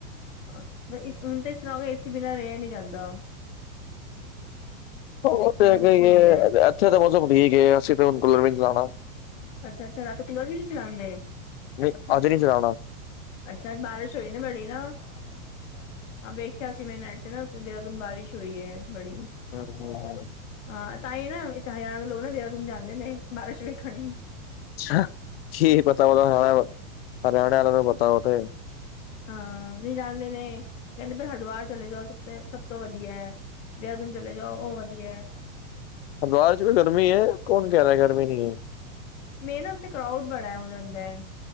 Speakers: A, on the left; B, on the left.
A: ਹਾਂ ਪਰ ਇਸ ਹੁਣ ਤਾਂ ਇਸ ਤਰ੍ਹਾਂ ਏਸੀ ਬਿਨਾਂ ਰਿਹਾ ਨਹੀਂ ਜਾਂਦਾ
B: ਉਹ ਤਾਂ
A: ਬੜਾ
B: ਹੈਗਾ
A: ਮੁਸ਼ਕਿਲ
B: ਹੀ
A: ਹੁੰਦਾ
B: ਏ
A: ਹੈ
B: ਅੱਛਾ ਉਹ ਸਭ ਠੀਕ ਏ ਅਸੀਂ ਤਾਂ ਬੁਲਾਣਾ ਹੀ ਬੁਲਾਣਾ
A: ਅੱਛਾ ਅੱਛਾ ਰਾਤੀ ਕੂਲਰ ਵੀ ਨੀ ਚਲਾਉਦੇ।
B: ਨਹੀਂ ਅੱਜ ਨਈ ਚਲਾਉਣਾ।
A: ਅੱਛਾ ਅੱਜ ਬਾਰਿਸ਼ ਹੋਈ ਨਾ ਬੜੀ ਨਾ ਹਾਂ ਵੇਖਿਆ ਸੀ ਮੇਰੇ ਨੈਟ ਚ ਨਾ ਦੇਹਰਾਦੂਨ ਬਾਰਿਸ਼ ਹੋਈ ਏ ਬੜੀ
B: ਹੂੰ ਹੂੰ ਹੂੰ
A: ਹਾਂ ਤਾਂ ਹੀ ਨਾ ਇੱਥੇ ਹਰਿਆਣਾ ਦੇ ਲੋਕ ਨਾ ਦੇਹਰਾਦੂਨ ਜਾਂਦੇ ਨੇ ਬਾਰਿਸ਼ ਵੇਖਣ
B: ਅੱਛਾ ਕੀ ਪਤਾ ਹਰਿਆਣਾ ਹਰਿਆਣੇ ਵਾਲਿਆਂ ਨੂੰ ਪਤਾ ਉਹ ਤੇ
A: ਹਾਂ ਨਹੀਂ ਜਾਣਦੇ ਨੇ ਕਹਿੰਦੇ ਵੀ ਹਰਿਦੁਆਰ ਰ ਚਲੇ ਜਾਓ ਸਭ ਸਭ ਤੋਂ ਵਧੀਆ ਏ ਦੇਹਰਾਦੂਨ ਚਲੇ ਜਾਓ ਉਹ ਵਧੀਆ ਹੈ
B: ਹਰਿਦਵਾਰ ਚ ਵੀ ਗਰਮੀ ਹੈ ਕੌਣ ਕਹਿ ਰਿਹਾ ਹੈ ਗਰਮੀ ਨਹੀਂ ਹੈ।
A: ਮੇ ਨਾ ਉੱਥੇ ਕਰਾਉਡ ਬੜਾ ਹੋ ਜਾਂਦਾ ਹੈ